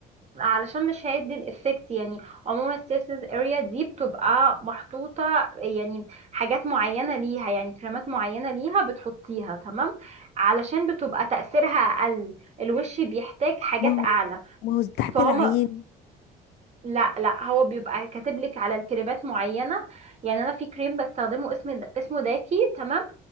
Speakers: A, on the right; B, on the left.
A: علشان مش هيدي الافكت يعني عموما السيرفيس اريا دي بتبقى محطوطة يعني حاجات معينة ليها يعني كريمات معينة ليها بتحطيها تمام علشان بتبقى تأثيرها أقل الوش بيحتاج حاجات
B: ما
A: أعلى
B: هو ما هو تحت
A: فهما
B: العين
A: لا لا هو بيبقى كاتب لك على الكريمات معينة يعني أنا في كريم بستخدمه اسم اسمه داكي تمام